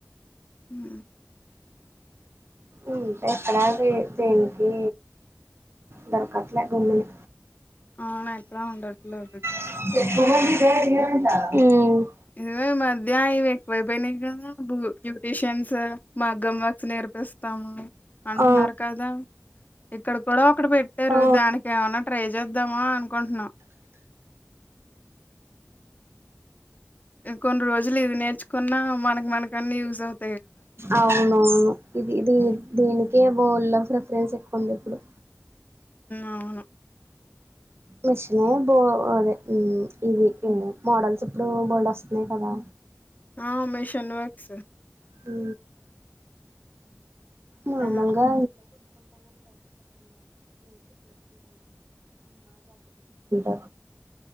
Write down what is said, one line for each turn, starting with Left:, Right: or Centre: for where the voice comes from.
Left: హు
Right: అంటే ఎక్కడాది దేనికి దొరకట్లే గుమ్మని
Left: అవున ఎక్కడ ఉండట్లే
Right: హు
Left: ఇదిగో ఈ మధ్య ఇవి ఎక్కువ అయిపోయినాయి కదా న్యూట్రిషియన్స్ మాగ్గం వర్క్స్ నేర్పిస్తాము అంటున్నారు
Right: ఆ
Left: కదా ఇక్కడ కూడా ఒకడు పెట్టారు
Right: ఆ
Left: దానికి ఏమన్నా ట్రై చేద్దామా అనుకుంటున్నా కొన్ని రోజులు ఇది నేర్చుకున్నా మనకి మనక అన్ని యూజ్ అవు
Right: అవునవును ఇది దీ
Left: హ్మ్.
Right: దీనికే <unintelligible> ప్రిఫరెన్స్ ఎక్కువంది ఇప్పుడు
Left: అవును
Right: మిషిన బో అదే ఇవి మోడల్స్ ఇప్పుడు బోల్ వస్తున్నాయి కదా
Left: ఆ మిషన్ వర్క్స్
Right: హు మమూలుగా
Left: ఆ!
Right: <unintelligible>